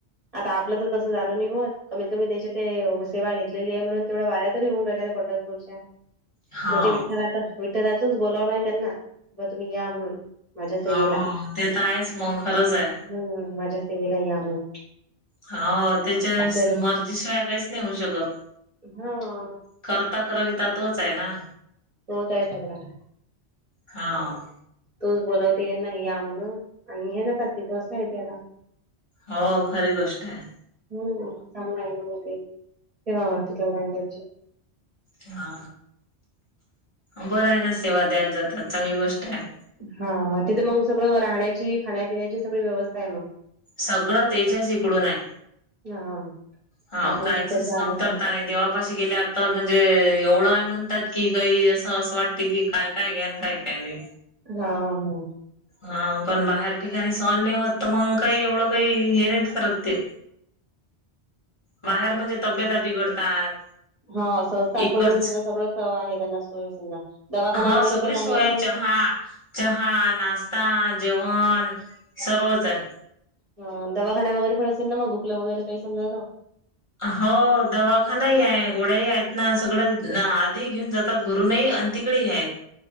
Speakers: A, on the right; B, on the left.
A: आता आपलं तर तसं जाणं नाही होत. कमीत- कमी त्याची ते सेवा घेतलेली आहे. म्हणून तेवढ्या वाऱ्या तरी होऊन राहिल्या, त्या पंढर पुरच्या.
B: हाव
A: म्हणजे विठ्ठलाच, विठ्ठलाचच बोलावण आहे. त्यांना, की बा तुम्ही या म्हणून. माझ्या सेवेला
B: हा, हो. ते तर आहेस, मंग खरचय.
A: हम्. माझ्या सेवेला या म्हणून.
B: हा. त्याच्या
A: आपल्याला
B: स मर्जीशिवाय, काहीच नाही होऊ शकत.
A: हा
B: करता - करवीता तोचय ना.
A: तोचाय सगळ्याला.
B: हा.
A: तोच बोलावते यांना या म्हणून. आणि हे जातात तिथं. असंय, ते आता.
B: हो, खरी गोष्टय.
A: हम्, चांगलाय ना म ते. सेवा वाढते, तेवढ्यान त्यांची.
B: हा. बराय ना. सेवा द्यायला जातात. चांगली गोष्टाय.
A: हा, तिथं मग सगळं राहण्याची, खाण्यापिण्याची, सगळी व्यवस्थाय मग.
B: सगळं तेज्याच इकडूनाय.
A: या हा.
B: हा.
A: आपण
B: काहीचीच
A: फक्त जागेचा
B: कमतरता नाही. देवापाशी गेल्याव तर म्हणजे एवढय. म्हणतात की, काही असं - असं वाटते की काय - काय घ्या अन् काय - काय नाही.
A: हा, ह.
B: हा पण बाहेर ठिकाणी सहन नाही होत. तर मग काही एवढं, काही हे नाहीत करत ते. बाहेर म्हणजे तब्यता बिघडतात.
A: हा संस्थांकडून
B: इकडच
A: समजा सगळं स आहे, त्यांना सोय समजा. दवाखाना
B: हो
A: वगैरे
B: सगळी
A: पण
B: सोय
A: आहे ना मग
B: चहा
A: तिथं.
B: चहा, नाश्ता, जेवण, सर्वचय.
A: ह. दवाखाना वगैरे पण असेल ना. मग दुकलं वगैरे काही समजां तर.
B: हो, दवाखानाही आहे. गोड्याही आहेत, ना. सगळं आधी घेऊन जातात, घरूनही. तिकडेही यायत.